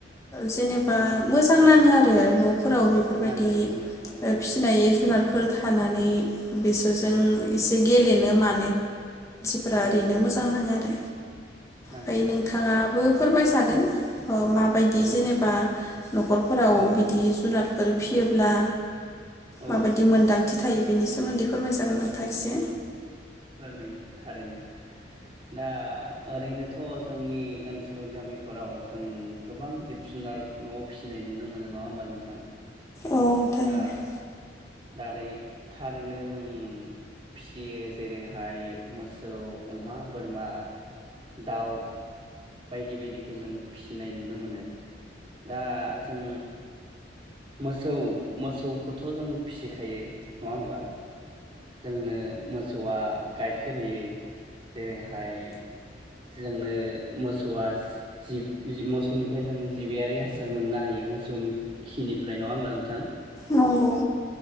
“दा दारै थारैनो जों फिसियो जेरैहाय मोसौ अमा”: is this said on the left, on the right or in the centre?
Right